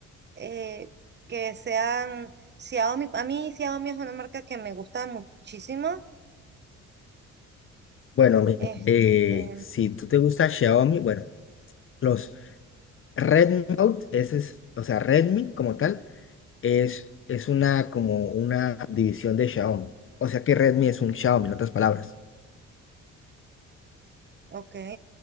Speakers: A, on the right (about 35°); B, on the left (about 45°).
A: eh, que sean Xiaomi? A mí Xiaomi es una marca que me gusta muchísimo.
B: Bueno, mi-
A: Este,
B: eh, si tú te gusta Xiaomi, bueno. Los Red Note, ese es, o sea, Redmi como tal, es, es una, como una división de Xiaomi. O sea que Redmi es un Xiaomi, en otras palabras.
A: ok,